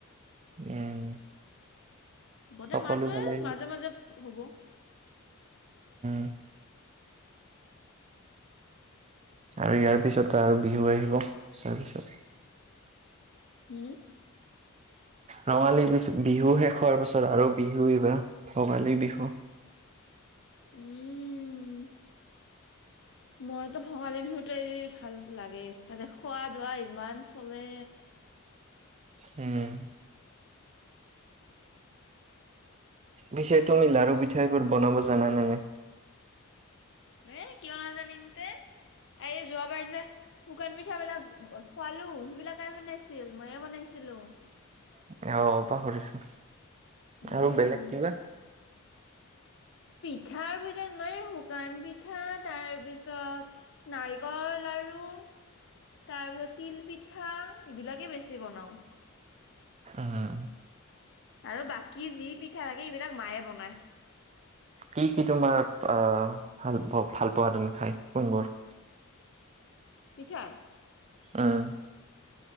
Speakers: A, on the right (about 30°); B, on the left (about 60°).
A: উম।
B: গোটেই
A: সকলো
B: মাহটোয়েই
A: ফালে
B: মাজে, মাজে হ'ব। <inaudible>
A: <inaudible> আৰু ইয়াৰ পিছত তো আৰু বিহু আহিব, তাৰপিছত
B: উম?
A: ৰঙালী বিহু শেষ হোৱাৰ পাছত আৰু বিহু এইবাৰ, ভোগালী বিহু।
B: উম। মৰতো ভোগালী বিহুতোৱে যি ভাল লাগে, তাতে খোৱা-দোৱা ইমান চলে।
A: উম। পিছে তুমি লাৰু পিঠা এইবোৰ বনাব জানা নে নাই?
B: এ কিয় নাজানিম তে, এই যোৱাবাৰ যে শুকান পিঠাবিলাক খোৱালো, সেইবিলাক কাই বনাইছিল, মইয়ে বনাইছিলোঁ।
A: অ, পাহৰিছো।
B: উম
A: আৰু বেলেগ কিবা?
B: পিঠাৰ ভিতৰত মই শুকান পিঠা, তাৰ পিছত নাৰিকল লাৰু, তাৰপিছত তিল পিঠা, এইবিলাকেই বেছি বনাও।
A: উম, হু।
B: আৰু বাকী যি পিঠা থাকে এইবিলাক মায়ে বনায়।
A: কি কি তোমাৰ অহ ভাল ভালপোৱা তুমি খায়। কোনবোৰ?
B: মিঠাই?
A: অহ।